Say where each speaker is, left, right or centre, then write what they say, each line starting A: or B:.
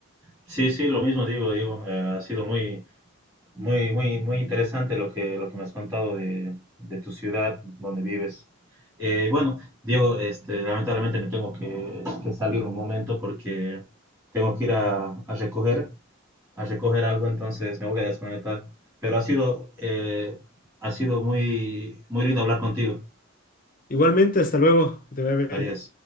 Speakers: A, on the right; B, on the left.
A: Sí, sí, lo mismo digo, digo, eh, ha sido muy, Muy, muy, muy interesante lo que, lo que me has contado de, de tu ciudad donde vives. Eh, bueno, Diego, este, lamentablemente me tengo que, que salir un momento porque tengo que ir a, a recoger, a recoger algo, entonces me voy a desconectar. Pero ha sido, eh, ha sido muy, muy lindo hablar contigo.
B: Igualmente, hasta luego, que te vaya bien.
A: Adiós.